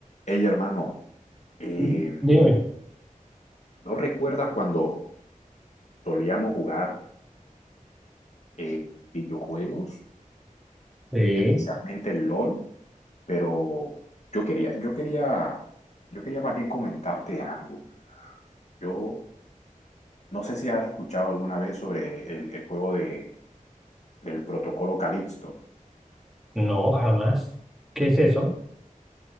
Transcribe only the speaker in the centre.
Mm, Dime,
Sí,
no, jamás. ¿Qué es eso?